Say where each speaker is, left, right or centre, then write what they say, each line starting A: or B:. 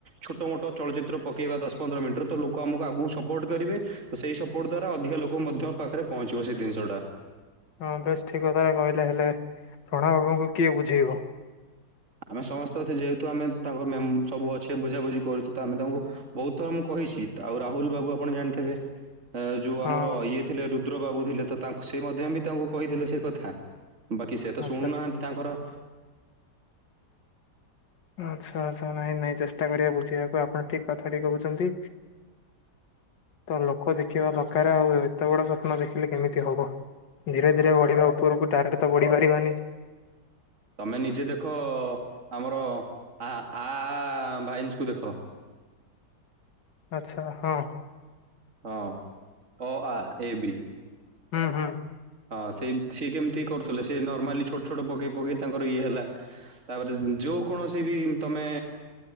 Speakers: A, on the right (about 45°); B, on the left (about 85°).
A: ଛୋଟ ମୋଟ ଚଳଚିତ୍ର ପକେଇବା ଦଶ ପନ୍ଦର ମିନିଟରୁ ତ ଲୋକ ଆମକୁ ଆଗକୁ ସପୋର୍ଟ କରିବେ ତ ସେଇ ସପୋର୍ଟ ଦ୍ଵାରା ଅଧିକ ଲୋକ ମଧ୍ୟ ପାଖରେ ପହଞ୍ଚିବ ସେ ଜିନିଷଟା
B: ହଁ ବେଶ ଠିକ କଥାରେ କହିଲେ ହେଲେ ପ୍ରଣ ବାବୁଙ୍କୁ କିଏୁଝ ଯିବ।
A: ଆମେ ସମସ୍ତେ ଅଛେ ଯେହେତୁ ଆମେ ତାଙ୍କ ସବୁ ଅଛେ ବୁଝାବୁଝି କରୁଛୁ, ତ ଆମେ ତାଙ୍କୁ ବହୁତ ଥର ମୁଁ କହିଛି ଆଉ ରାହୁଲ ବାବୁ ଆପଣ ଜାଣିଥିବେ? ଯୋଉ ଆମର
B: ହଁ
A: ଇଏ ଥିଲେ ରୁଦ୍ର ବାବୁ ଥିଲେ ତ? ତା ସେ ମଧ୍ୟ ବି ତାଙ୍କୁ କହିଥିଲେ ସେ କଥା। ବାକି ସେ ତ
B: ଆଚ୍ଛା।
A: ଶୁଣୁନାହାନ୍ତି ତାଙ୍କର।
B: ଆଚ୍ଛା ଆଚଛା ନାଇଁ ନାଇଁ ଚେଷ୍ଟା କରିବା ବୁଝିବାକୁ ଆପଣ ଠିକ କଥାଟି କହୁଛନ୍ତି, ତ ଲୋକ ଦେଖିବା ଦରକ ଆଉ ଏତେ ବଡ ସ୍ୱପ୍ନ ଦେଖିଲେ କେମିତି ହବ ଧୀରେ ଧୀରେ ବଢିବା ଉପରକୁ ଡାଇରେକ୍ଟ ତ ବଢି ପାରିବାନି।
A: ତମେ ନିଜେ ଦେଖ ଅମର ଆ ଆ ବାଇନ୍ସକୁ ଦେଖ।
B: ଆଚ୍ଛା ହଁ।
A: ହଁ ଓ ଆ ଏ ବି
B: ହୁଁ ହୁଁ।
A: ହଁ ସେ ସ କେମିତି କରୁଥିଲେ ସେ ନର୍ମାଲି ଛୋଟ ଛୋଟ ପକେଇ ପକେଇ ତାଙ୍କର ଇଏ ହେଲା ତାପରେ ଯୋଉ କୌଣସି ବି ତମେ